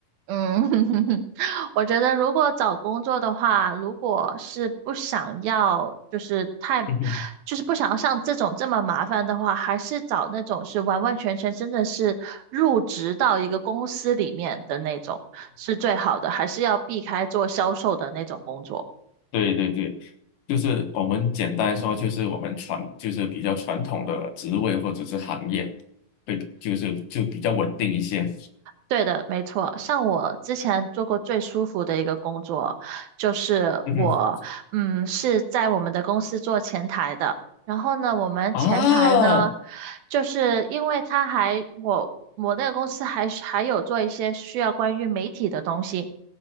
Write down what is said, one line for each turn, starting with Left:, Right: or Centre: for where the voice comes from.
Right: 嗯，<laughs> 我觉得如果找工作的话，如果是不想要，就是太，
Left: <laughs>
Right: 就是不想要像这种这么麻烦的话，还是找那种是完完全全真的是入职到一个公司里面的那种是最好的，还是要避开做销售的那种工作。
Left: 对对对，就是我们简单说，就是我们传就是比较传统的职位或者是行业，会就是就比较稳定一些。
Right: 对的，没错。像我之前做过最舒服的一个工作，就是我，
Left: 嗯哼
Right: 嗯，是在我们的公司做前台的。然后呢，我们前台呢，
Left: 啊，
Right: 就是因为他还我我那个公司还是还有做一些需要关于媒体的东西，